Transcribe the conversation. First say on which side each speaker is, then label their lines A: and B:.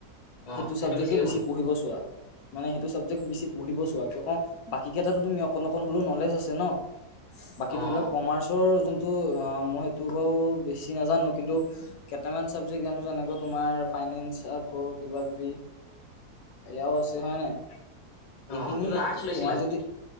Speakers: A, on the left (about 45°); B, on the left (about 75°).
A: অ
B: সেইটো ছাবজেক্টে
A: বেছিকে
B: বেছি
A: পঢ়িম
B: পঢ়িব চোৱা, মানে সেইটো ছাবজেক্টে বেছি পঢ়িব চো <unintelligible> বাকী কেইটাতো তুমি অকন অকন হলেও নলেজ আছে ন? বাকী
A: অ
B: ধৰি লওক
A: অ
B: কমাৰ্চৰ, যোন টো মই সেইটো বাৰু বেছি নাজানো কিন্তু কেইটামান ছাবজেক্ট জানো যেনেকে তোমাৰ ফাইনেন্স আকৌ কিবা কিবি, এয়াও আছে হয়নে? এইখিনি
A: অ তুমি আৰ্টছ লৈছিলা
B: তোমাৰ যদি,